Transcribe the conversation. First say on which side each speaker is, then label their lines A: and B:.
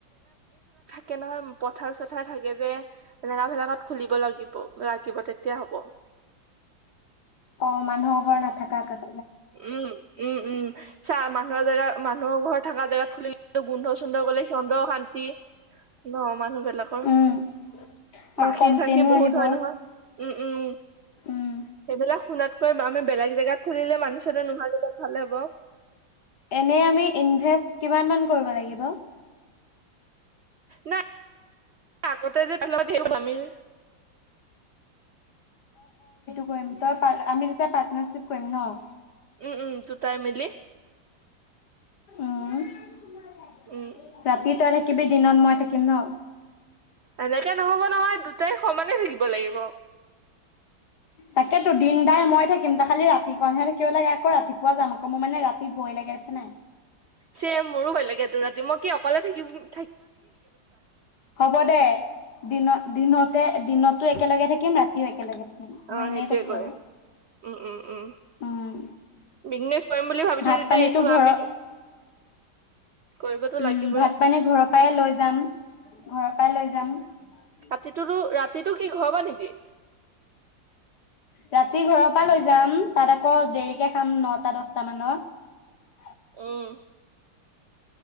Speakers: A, on the right (about 65°); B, on the left (about 60°).
A: কেনে হয় পথাৰ চথাৰ থাকে যে এনেকা জেগা এটাত খুলিব লাগিব ৰাখিব তেতিয়া হ'ব
B: অ মানুহৰ ঘৰ নাথাকা এটাত
A: উম উম উম চা মানুহৰ জেগা মানুহৰ ঘৰ থকা জেগাত খুলিল গোন্ধ চোন্ধ গলে সিহঁতৰ অশান্তি ন মানুহবিলাকৰ
B: উম আৰু
A: মাখি
B: কমপ্লেইনো
A: চাখি বহুত
B: আহিব
A: হয় নহয় উম উম
B: উম
A: সেইবিলাক শুনাতকৈ বা আমি বেলেগ জেগাত খুলিলে মানুহ পি নহয়তিয়া ভালে হ'ব <unintelligible> <unintelligible>
B: এনে আমি ইনভেষ্ট কিমান মান কৰিব লাগিব <inaudible>
A: ন আগতে যে আমি <inaudible>
B: ম তই আমি যে প্নাৰশিপ <unintelligible> কৰিম ন <inaudible>
A: উম উম দুটাই মিলি <inaudible>
B: অহ <inaudible>
A: উম
B: ৰাতি তাৰে কিবি দিনত মই থাকিম ন <inaudible>
A: এনেকে নহব নহয় দুটাই সমানে থাকিব লাগিব
B: তাকেতো দিনদাৰ মই থাকিম ত খালি ৰাতিকণহে থাকিব লাগে আকৌ ৰাতিপুৱা যাম আকৌ মোৰ মানে ৰাতি ভয় লাগে দেছে নাই <inaudible>
A: চে মোৰো ভয় লাগে তোৰ ৰাতি মই কি অকলে থাকিম <inaudible>
B: হ'ব দে দিনত দিনতে দিনতো একেলগে থাকিম ৰাতিয়ও একেলগে থাকিম।
A: অ,
B: মই এনেই
A: সেইটোৱে
B: কৈছো
A: কৰিম
B: আৰু
A: উম, উম, উম
B: উম
A: বিজনেছ কৰিম বুলি ভাবিছো
B: ভাত
A: যেতিয়া
B: পানীতো
A: এইটো
B: ঘৰৰ
A: আমি কৰিবতো
B: উম
A: লাগিবই
B: ভাত পানী ঘৰৰ পৰাই লৈ যাম ঘৰৰ পৰাই লৈ যাম ।
A: ৰাতিটো ৰাতিটো কি ঘৰ পৰা নিবি।
B: ৰাতি ঘৰৰ পৰা লৈ যাম তাত আকৌ দেৰিকে খাম নটা দছটা মানত ।
A: উম